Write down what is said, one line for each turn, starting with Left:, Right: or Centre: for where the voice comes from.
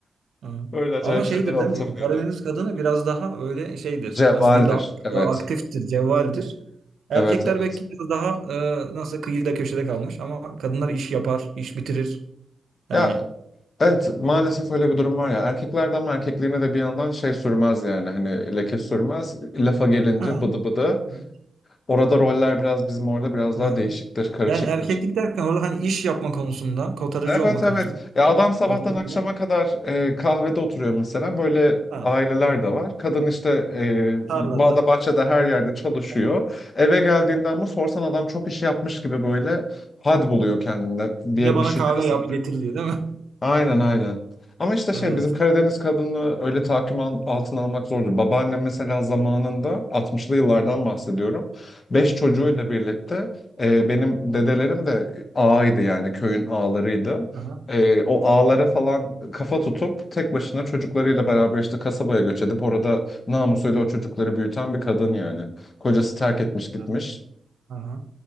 Right: Hı.
Left: Öyle acayip
Right: Ama şeydir
Left: şeyler anlatabiliyordu.
Right: değil mi? Karadeniz kadını biraz daha öyle şeydir.
Left: Cevvaldir.
Right: Nasıl diyeyim daha,
Left: Evet.
Right: daha aktiftir, cevvaldir. Erkekler
Left: Evet, evet.
Right: belki biraz daha e, nasıl kıyıda köşede kalmış ama kadınlar iş yapar, iş bitirir. Yani
Left: Ya evet maalesef öyle bir durum var ya. Erkeklerde ama erkekliğine de bir yandan şey sürmez yani. Hani leke sürmez. Lafa gelince
Right: Hı.
Left: bıdı bıdı.
Right: Hı.
Left: Orada roller biraz bizim orada biraz
Right: Hı.
Left: daha değişiktir, karışıktır.
Right: Yani erkeklik derken orada hani iş yapma konusunda, kotarıcı
Left: Evet
Right: olma konusunda
Left: evet. Ya
Right: kadın,
Left: adam sabahtan
Right: kadın
Left: akşama
Right: böyle,
Left: kadar e, kahvede oturuyor mesela. Böyle
Right: ha,
Left: aileler de var. Kadın işte e,
Right: tarlada.
Left: bağda bahçede her yerde çalışıyor.
Right: Ha.
Left: Eve geldiğinde ama sorsan adam çok iş yapmış gibi böyle had buluyor kendinde bir,
Right: Bir de bana
Left: bir şeylere
Right: kahve
Left: saracak.
Right: yap getir diyor değil mi? <laughs>
Left: Aynen aynen. Ama işte şey
Right: Evet.
Left: bizim Karadeniz kadını öyle tahakküm al- altına almak zordur. Babaannem mesela zamanında altmışlı yıllardan bahsediyorum. Beş çocuğuyla
Right: Hı hı.
Left: birlikte e, benim dedelerim de ağaydı yani köyün ağalarıydı.
Right: Aha.
Left: E, o ağalara falan kafa tutup tek başına çocuklarıyla beraber işte kasabaya göç edip orada namusuyla o çocukları büyüten bir kadın yani. Kocası terk etmiş gitmiş.
Right: Aha. Aha.